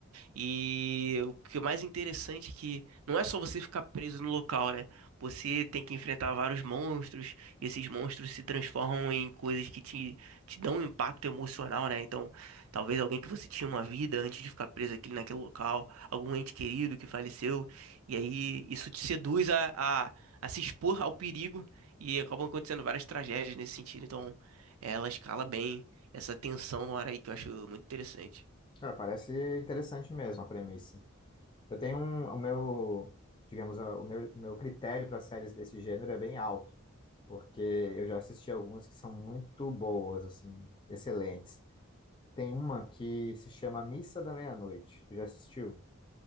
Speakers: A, on the right (about 80°); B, on the left (about 20°).
A: E o que é mais interessante é que não é só você ficar preso no local, né? Você tem que enfrentar vários monstros, e esses monstros se transformam em coisas que te, te dão um impacto emocional, né? Então, talvez alguém que você tinha uma vida antes de ficar preso aqui naquele local, algum ente querido que faleceu, e aí isso te seduz a, a, a se expor ao perigo e acabam acontecendo várias tragédias nesse sentido. Então, ela escala bem essa tensão no ar aí que eu acho muito interessante.
B: Cara, parece interessante mesmo a premissa. Eu tenho um, o meu, digamos, a- o meu, o meu critério para séries desse gênero é bem alto, porque eu já assisti algumas que são muito boas, assim, excelentes. Tem uma que se chama Missa da Meia-Noite. Tu já assistiu?